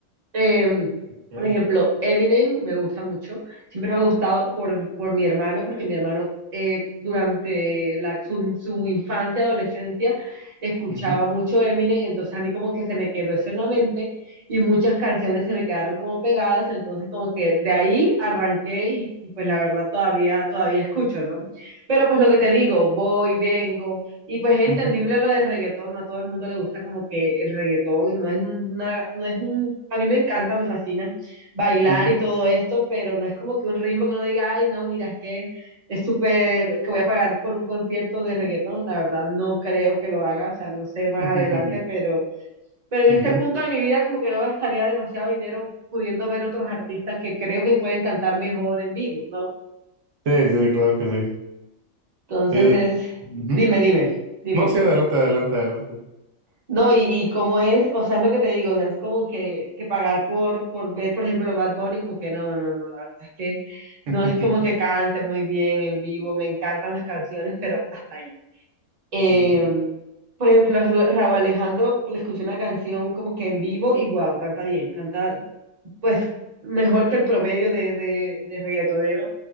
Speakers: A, on the right; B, on the right.
A: Em,
B: Bien.
A: por ejemplo, Eminem me gusta mucho. Siempre me ha gustado por, por mi hermano, porque mi hermano eh, durante la- su, su infancia, adolescencia, escuchaba
B: ujú,
A: mucho Eminem, entonces a mí como que se me quedó eso en la mente y muchas canciones se me quedaron como pegadas, entonces como que de ahí arranqué y, y pues la verdad todavía, todavía escucho, ¿no? Pero pues lo que te digo, voy, vengo. Y pues es entendible
B: ujú,
A: lo de reggaetón, no a todo el mundo le gusta como que el reggaetón, y no es una, no es un, a mí me encanta, me fascina bailar
B: ujú,
A: y todo esto, pero no es como que un ritmo que uno diga, ay, no, mira, es que es súper, que voy a pagar por un concierto de reggaetón, la verdad no creo que lo haga, o sea, no sé más
B: <laughs>
A: adelante, pero, pero en
B: ujú.
A: este punto de mi vida como que no gastaría demasiado dinero pudiendo ver otros artistas que creo que pueden cantar mejor en vivo, ¿no?
B: Sí, sí, claro que sí.
A: Entonces
B: Sí,
A: es,
B: sí. Ujú.
A: dime, dime, dime.
B: No, sí, adelante, adelante, adelante.
A: No, y, y como es, o sea, es lo que te digo, o sea, es como que, que pagar por, por ver, por ejemplo, Bad Bunny, como que no, no, no, la verdad es que no
B: <laughs>
A: es como que cante muy bien en vivo, me encantan las canciones, pero hasta ahí. Eh,
B: Ujú.
A: por ejemplo, a Ra- Rauw Alejandro le escuché una canción como que en vivo y wow, canta bien, canta pues mejor que el promedio de, de, de reggaetonero